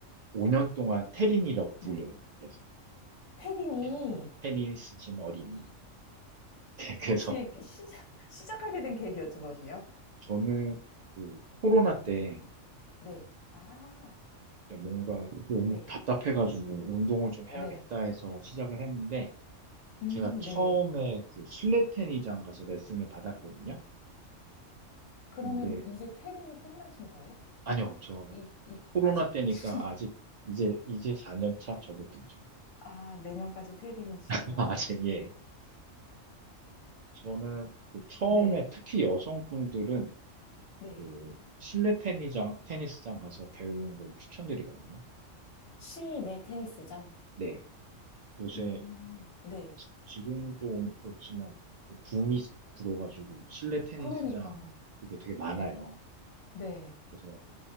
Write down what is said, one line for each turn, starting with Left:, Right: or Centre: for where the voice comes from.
Right: 5년 동안 테린이라고
Left: 네.
Right: 불려요. 그래서
Left: 태린이
Right: 테린, 테니스 친 어린이. <laughs> 그래서
Left: 혹시 시작, 시작하게 된 계기 여쭤봐도 돼요?
Right: 저는 그 코로나 때
Left: 네, 아,
Right: 뭔가 너무
Left: 네,
Right: 답답해가지고 운동을 좀 해야겠다
Left: 네.
Right: 해서 시작을 했는데
Left: 음,
Right: 제가 처음에
Left: 네.
Right: 그 실내 테니장 가서 레슨을 받았거든요.
Left: 그러면
Right: 근데
Left: 이제 테린이 끝나신 거예요?
Right: 아니요, 저
Left: 이, 이,
Right: 코로나
Left: 아직?
Right: 때니까
Left: <laughs>
Right: 아직 이제 이제 4년 차 접어들죠.
Left: 아, 내년까지 테린이시구나.
Right: <laughs> 아직 예. 저는 그 처음에
Left: 네,
Right: 특히 여성분들은
Left: 네.
Right: 그 실내 테니장, 테니스장 가서 배우는 걸 추천드리거든요.
Left: 실내 테니스장.
Right: 네. 요새
Left: 음, 네.
Right: 지- 지금은 좀 그렇지만 그 붐이 불어가지고 실내 테니스장
Left: 그러니까요.
Right: 그게 되게 많아요.
Left: 네. 네.
Right: 그래서